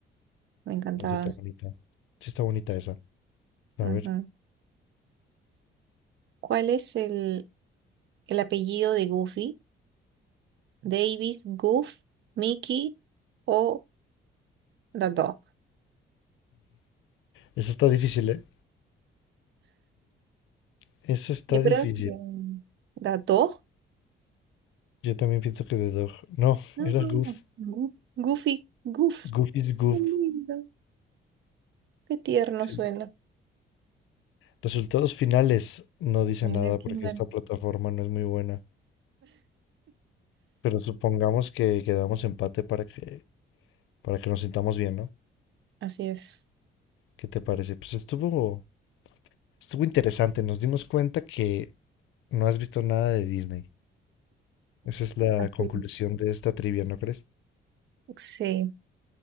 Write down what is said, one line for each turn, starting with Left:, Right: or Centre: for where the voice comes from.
Right: me encantaba.
Left: No, sí está bonita. Sí está bonita esa. A
Right: Ajá.
Left: ver.
Right: ¿Cuál es el, el apellido de Goofy? ¿Davis, Goof, Mickey o The Dog?
Left: Esa está difícil, ¿eh? Esa está
Right: Yo
Left: difícil.
Right: creo que The Dog.
Left: Yo también pienso que The Dog. No,
Right: No,
Left: era
Right: no,
Left: Goof.
Right: no. Goofy, Goof.
Left: Goof is Goof.
Right: Qué lindo. Qué tierno
Left: Sí.
Right: suena.
Left: Resultados finales. No dice
Right: Mira
Left: nada
Right: quién
Left: porque
Right: ganó.
Left: esta plataforma no es muy buena. Pero supongamos que quedamos empate para que, para que nos sintamos bien, ¿no?
Right: Así es.
Left: ¿Qué te parece? Pues estuvo, estuvo interesante. Nos dimos cuenta que no has visto nada de Disney. Esa es la
Right: Así
Left: conclusión
Right: es.
Left: de esta trivia, ¿no crees?
Right: Sí.